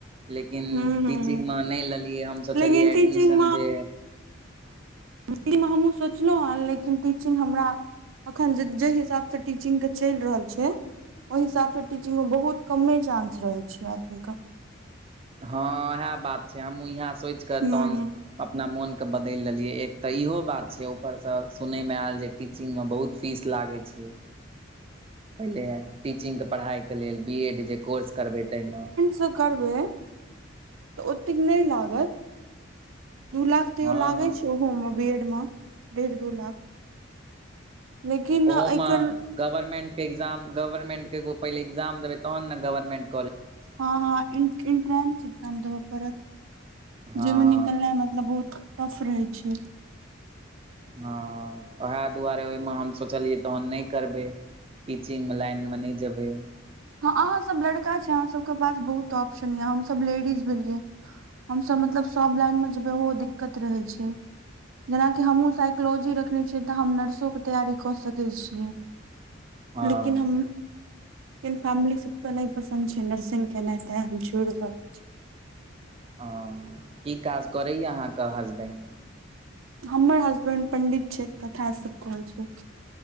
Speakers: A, on the right (about 30°); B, on the right (about 85°).
A: लेकिन
B: हूँ हूँ
A: टीचिगमे नइ लेलियै हम सोचलियै
B: लेकिन टीचिंग
A: एडमिशन जे
B: अहीमे हमहूँ सोचलहुँ हन लेकिन टीचिंग हमरा अखन जहि हिसाब स टीचिंग के चइल रहल छै ओहि हिसाब स टीचिंग में बहुत कमे चांस रहय छै आदमी क
A: हँ उएह बात छै हमूँ इएह सोचि क
B: हूँ
A: तहन अपना मोन के बदल लेलीयै एक त इहो बात छै ऊपर से सुनय मे आयल जे पी चिंग में बहुत फीस लागै छै पहिले टीचिंग के पढ़ाइ के लेल बी एड जे कोर्स करबै तइम
B: स करबै त ओतेक नय लागत दू लाख तैयो
A: हँ
B: लागै छै होम बी एड मं डेढ दू लाख लेकिन एकर
A: ओहो मां गवर्मेंट के एग्जाम गवर्मेंट के एगो पहिले एग्जाम देबे तहन न गवर्मेंट
B: हँ हँ इन इन्ट्रेस एग्जाम देब पड़त
A: हँ
B: जइ में निकलनाइ मतलब बहुत टफ रहय छै
A: हँ ओहे दुआरे ओहिमे हम सोचलियै तहन नय करबै टीचिंग लाइन मे नय जेबै
B: हँ अहाँ सब लड़का छै अहाँ सबके पास बहुत ऑप्शन यऽ हमसब लेडीज भेलियै हमस मतलब सब लाइन में जेबै ओहो दिक्कत रहय छै जेनाकि हमहु साइकोलॉजी रखने छियै तऽ हम नर्सो के तैयारी कऽ सकै छियै
A: हँ
B: लेकिन हम किन फैमिली सबके नय पसन्द छै नर्सिंग केनाइ तैं हम छोड़ रहल छी
A: हं की काज करैय य अहाँके हसबैंड
B: हमर हसबैंड पंडित छै कथा सब कहे छै